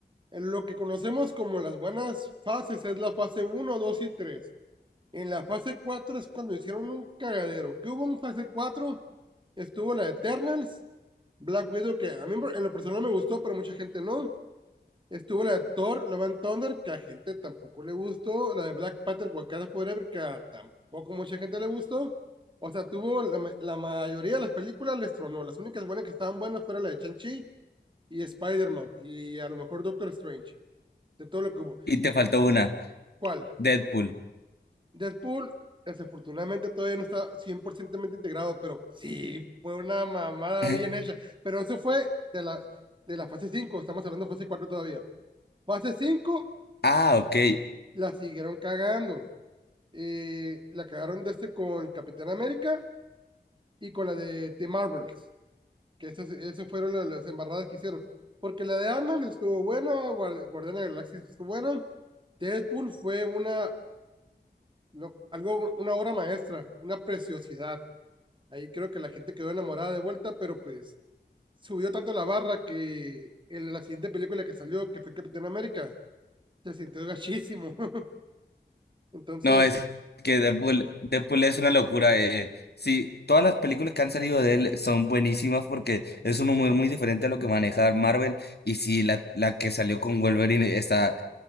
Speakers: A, on the right (about 25°); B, on the left (about 65°).
A: en lo que conocemos como las buenas fases es la fase uno 2 y tres En la fase 4 es cuando hicieron un cagadero. ¿Qué hubo en fase cuatro Estuvo la Eternals, Black Widow, que a mí en lo personal me gustó, pero mucha gente no. Estuvo la de Thor, Love and Thunder, que a gente tampoco le gustó. La de Black Panther, Wakanda Forever, que a tampoco mucha gente le gustó. O sea, tuvo la, la mayoría de las películas les tronó. Las únicas buenas que estaban buenas fueron la de Shang-Chi y Spider-Man y a lo mejor Doctor Strange, de todo lo que hubo.
B: Y te faltó una,
A: ¿Cuál?
B: Deadpool.
A: Deadpool, desafortunadamente todavía no está 100% integrado, pero sí, fue una mamada
B: <laughs>
A: bien hecha. Pero eso fue de la, de la fase cinco estamos hablando de fase 4 todavía. Fase 5
B: Ah, ok.
A: la siguieron cagando. Eh, la cagaron de este con Capitán América y con la de The Marvels, que esas, esas fueron la- las embarradas que hicieron. Porque la de Ant-Man estuvo buena, Guardiana Guardián de la Galaxia estuvo buena, Deadpool fue una, no, algo, una obra maestra, una preciosidad. Ahí creo que la gente quedó enamorada de vuelta, pero pues subió tanto la barra que en la siguiente película que salió, que fue Capitán América, se sintió gachísimo. <laughs> Entonces
B: No, es que Deadpool, Deadpool es una locura. Eh. Sí, todas las películas que han salido de él son buenísimas porque es un humor muy diferente a lo que maneja Marvel. Y sí, la, la que salió con Wolverine está